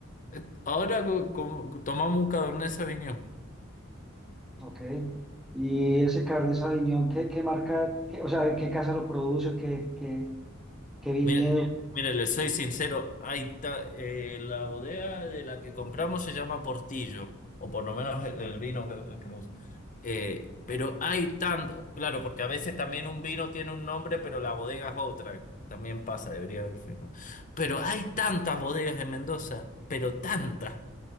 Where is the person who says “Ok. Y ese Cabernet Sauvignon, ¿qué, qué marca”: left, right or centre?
Centre